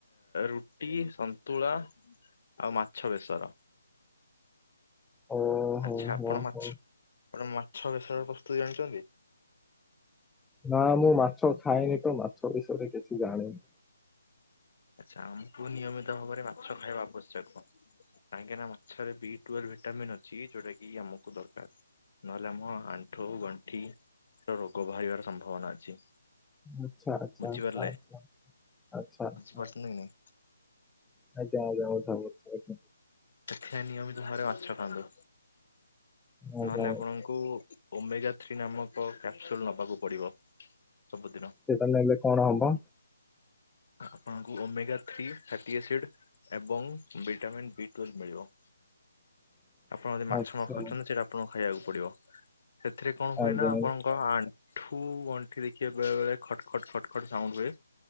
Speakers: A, on the left; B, in the centre.
A: ରୁଟି ସନ୍ତୁଳା ଆଉ ମାଛ ବେସର।
B: ଓ ହୋ
A: ଆଛା ଆପଣ
B: ହୋ
A: ମାଛ
B: ହୋ।
A: ଆପଣ ମାଛ ବେସର ପ୍ରସ୍ତୁତି ଜାଣିଛନ୍ତି।
B: ନା ମୁଁ ମାଛ ଖାଇନି ତ ମାଛ ବିଷୟରେ କିଛି ଜାଣିନି।
A: ଚାମ୍ପୁ ନିୟମିତ ଭାବରେ ମାଛ ଖାଇବା ଆବଶ୍ୟକ। କାହିଁକିନା ମାଛରେ ବି ଟୁଏଲ୍ଲ ବ ଭିଟାମିନ୍ ଅଛି ଯୋଉଟା କି ଆମକୁ ଦରକାର। ନହେଲେ ଆମ ଆଣ୍ଠୁ ଗଣ୍ଠି ର ରୋଗ ବାହାରିବାର ସମ୍ଭାବନା ଅଛି।
B: ଆଛା ଆଚ୍ଛା
A: ବୁଝିପାରିଲେ
B: ଆଛା ଆଛା ଆ୍ଛାଛା।
A: ବୁଝିପାରୁଛନ୍ତି
B: ଆଜ୍ଞା
A: କି ନାଇଁ
B: ଆଜ୍ଞା <unintelligible>
A: ଦେଖ ନିୟମିତ ଭାବରେ ମାଛ ଖାଆନ୍ତୁ।
B: ଆଜ୍ଞା
A: ନହେଲେ ଆପଣଙ୍କୁ ଓମେଗା ଥ୍ରୀ ନାମକ କ୍ୟାପସୁଲ୍ ନେବାକୁ ପଡ଼ିବ। ସବୁଦିନ
B: ସେଟା ନେଲେ କଣ ହବ?
A: ଆପଣଙ୍କୁ ଓମେଗା ଥ୍ରୀ ଫାଟିଆସିଡ୍ ଏବଂ ଭିଟାମିନ୍ ବି ଟୁଏଲ୍ଭ୍ ମିଳିବ।
B: <inaudible>
A: ଆପଣ ଯଦି ମାଛ
B: ଆଚ୍ଛା
A: ନଖାଉଛନ୍ତି ସେଇଟା ଆପଣଙ୍କୁ ଖାଇବାକୁ ପଡିବ। ସେଥିରେ କଣ ହୁଏ
B: ଆଜ୍ଞା
A: ନା ଆପଣଙ୍କ ଆଣ୍ଠୁ ଠୁ ଗଣ୍ଠି ଦେଖିବେ ବେଳେ ବେଳେ ଖଟ ଖଟ ଖଟ ଖଟ ସାଉଣ୍ଡ ହୁଏ।